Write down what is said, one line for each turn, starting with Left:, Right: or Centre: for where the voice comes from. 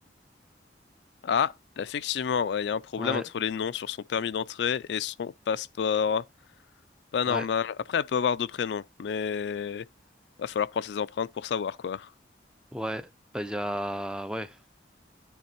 Left: Ah, effectivement, ouais, il y a un problème
Centre: Ouais,
Left: entre les noms sur son permis d'entrée et son passeport. Pas normal.
Centre: ouais,
Left: Après, elle peut avoir deux prénoms, mais va falloir prendre ses empreintes pour savoir quoi.
Centre: ouais. Bah il y a ouais.